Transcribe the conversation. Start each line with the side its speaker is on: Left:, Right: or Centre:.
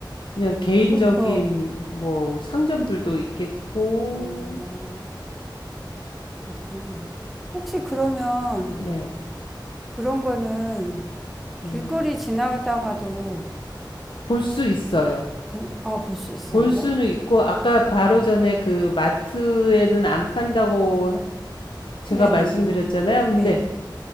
Left: 그냥 개인적인
Centre: 그럼 그
Left: 뭐 상점들도 있겠고,
Centre: 어, 그렇구나. 혹시 그러면
Left: 네,
Centre: 그런 거는
Left: 네.
Centre: 길거리 지나가다가도
Left: 볼 수 있어요.
Centre: 볼, 아, 볼 수 있어요?
Left: 볼 수는 있고, 아까 바로 전에 그 마트에는 안 판다고 제가
Centre: 네네네.
Left: 말씀드렸잖아요. 근데
Centre: 네.